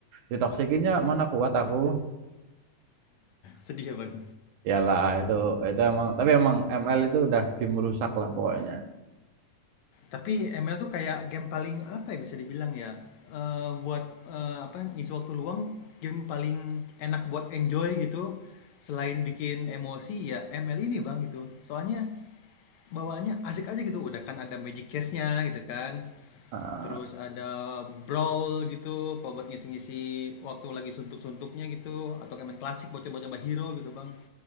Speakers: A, on the right (about 75°); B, on the left (about 70°).
A: ditoksikinnya mana kuat aku
B: Sedih ya bang.
A: Yalah itu itu emang tapi emang ML itu udah game rusak lah pokoknya
B: Tapi ML tuh kayak game paling apa ya bisa dibilang ya. eh, buat eh, apa ngisi waktu luang game paling enak buat enjoy gitu. Selain bikin emosi ya ML ini bang gitu. Soalnya bawaannya asik aja gitu. Udah kan ada magic chest-nya gitu kan.
A: Ah,
B: Terus ada brawl gitu, kalau buat ngisi-ngisi waktu lagi suntuk-suntuknya gitu, atau kayak main klasik buat coba-coba hero gitu bang.